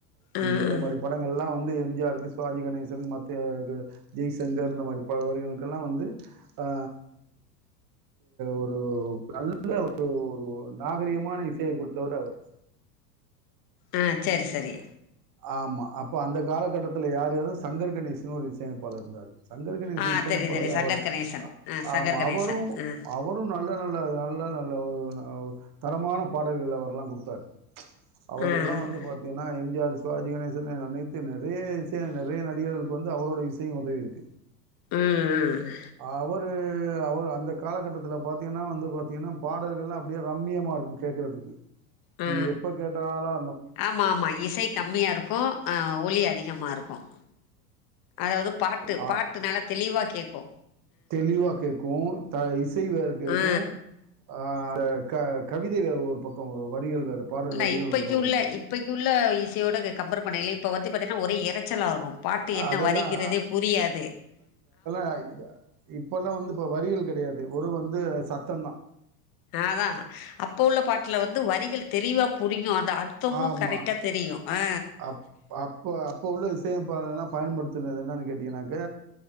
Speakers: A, on the left; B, on the right.
A: ஆ
B: இந்த
A: ஆ
B: மாரி படங்கள்லாம் வந்து எம் ஜி ஆருக்கு சுவாஜி கணேசஷ் திரும்ப மத்திய ஜெய்சங்கர் இந்த மாரி அவர்களுக்கெல்லாம் வந்து ஆ ஒரு நல்ல ஒரு ஒரு நாகரீகமான இசையை கொறுடுத்தவர் அவரு
A: ஆ சேரி செரி
B: ஆமா அப்ப அந்த காலகட்டத்துல யார் யார்து சங்கர் கணேசனு ஒரு இசையமைப்பாளர் இருந்தாரு சங்கர் கணேசி
A: ஆ
B: இசையமைபாளர்
A: தெரியும் தெரியும் சங்கர்
B: அவர்
A: கணேசன் ஆ சங்கர்
B: ஆமா
A: கணேசன்
B: அவரும்
A: ஆ
B: அவரும் கும் நல்ல நல்ல நல்ல நல்ல ஒரு தரமான பாடல்கள அவர எல்லாம் குடுத்தாரு அவரு
A: ஆ
B: எல்லாம்
A: ம்
B: வந்து பாத் ஏன்னா M G R Sivaji Ganesan அனைத்து நெறைய இசையம் நெறைய நடிகர்களுக்கு வந்து அவரோடைய இசையும் உதவி இருக்கு
A: ம் ம்
B: அவரு அவர் அந்த காலகட்டத்தல பாத்தீங்கன்னா வந்து பாத்தீங்கன்னா பாடல்கள்லாம் அப்டியே ரம்யமா இருக்கும் கேக்கறதுக்கு
A: ஆ
B: நீங்க எப்ப கேட்டாலா
A: ஆமா ஆமா இசை கம்மியா இருக்கும் ஆ ஒளி அதிகமா இருக்கும் அதாவது பாட்டு
B: அ
A: பாட்டு நல்லா தெளிவா கேக்கோ
B: தெளிவா கேக்கும் த இசை வேற கேக்கும்
A: ஆ
B: ஆ அத க கவிதை வே ஒரு பக்கோம் ஒரு வரிகள் வேற பாடல்
A: இல்ல
B: வரிகள்
A: இப்பைக்கு
B: வரும்
A: உள்ள
B: ஒரு மாதிரி இருக்கு
A: இப்பைக் உள்ள இசையோட கம்பேர் பண்ணைலே இப்போ வந்து பாத்தீங்கனா ஒரே எறச்சலா இருக்கு பாட்டு என்ன
B: அதெல்லாம்
A: வரீங்கறதே புரியாது
B: அ இதுதா இப்பல்லா வந்து இப்ப வரிகள் கெடையாது ஒரு வந்து சத்தந்தா
A: ஆதா அப்ப உள்ள பாட்ல வந்து வரிகள் தெளிவா புரியு அந்த அர்த்தமு
B: ஆமா
A: கரெக்டா தெரியு ஆ
B: அப் அப்ப அப்ப உள்ள இசையப்ப எல்லா பயன்படுத்துனது என்னன் கேட்டீங்கன்னாக்க